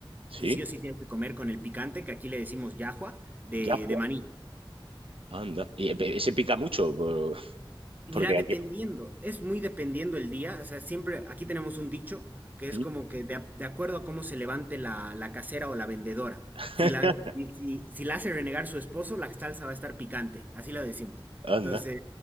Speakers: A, on the right; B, on the right.
A: sí,
B: y sí o sí tienes que comer con el picante, que aquí le decimos yahua, de,
A: yagua,
B: de maní.
A: anda. Y e- ese pica mucho, por-
B: Mira,
A: porque
B: dependiendo,
A: aquí,
B: es muy dependiendo el día, o sea, siempre aquí tenemos un dicho que es
A: Mm,
B: como que de, a- de acuerdo a cómo se levante la, la casera o la vendedora.
A: <laughs>
B: Si la, si, si- si la hace renegar su esposo, la salsa va a estar picante, así lo decimos.
A: anda.
B: Entonces,